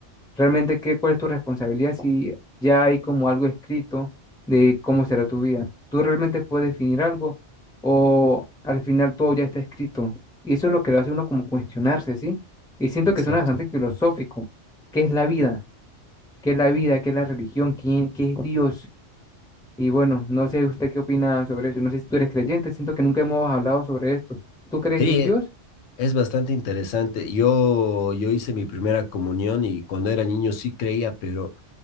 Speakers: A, in the centre; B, on the left.
A: realmente qué, cuál es tu responsabilidad si ya hay como algo escrito de cómo será tu vida. Tú realmente puedes definir algo o al final todo ya está escrito. Y eso es lo que lo hace uno como cuestionarse, ¿sí? Y siento
B: Exacto.
A: que suena bastante filosófico. ¿Qué es la vida? ¿Qué es la vida? ¿Qué es la religión? ¿Quién, qué es Dios? Y bueno, no sé usted qué opina sobre eso. No sé si tú eres creyente. Siento que nunca hemos hablado sobre esto. ¿Tú crees
B: Sí,
A: en un
B: e-
A: Dios?
B: es bastante interesante. Yo, yo hice mi primera comunión y cuando era niño sí creía, pero